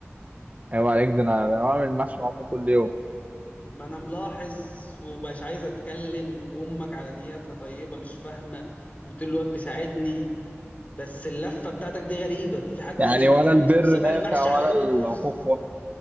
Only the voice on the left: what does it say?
ما انا ملاحظ ومش عايز اتكلم وامك على نياتها طيبة مش فاهمة وبتقول الواد بيساعدني بس اللفة بتاعتك دي غريبة في حد
يلف
صابع
المحشي
على انه
كوز